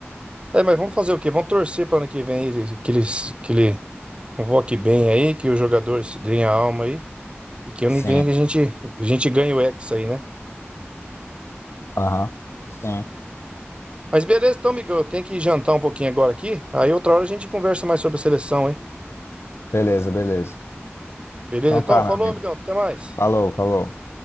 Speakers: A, on the right; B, on the left.
A: É, mas vamos fazer o quê? Vamos torcer para ano que vem ele- que eles que ele convoque bem aí, que os jogadores deem a alma aí. E que ano
B: Sim.
A: que vem a gente, a gente ganhe o Hexa aí, né?
B: Aham. Sim.
A: Mas beleza, então, amigão, eu tenho que jantar um pouquinho agora aqui. Aí outra hora a gente conversa mais sobre a seleção, hein?
B: Beleza, beleza.
A: Beleza?
B: Então
A: Então,
B: tá,
A: falou,
B: meu amigo.
A: amigão, até mais.
B: Falou, falou.